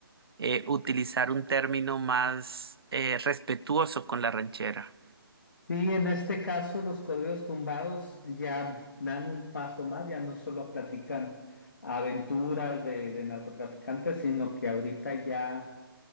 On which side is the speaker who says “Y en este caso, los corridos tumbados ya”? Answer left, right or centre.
Left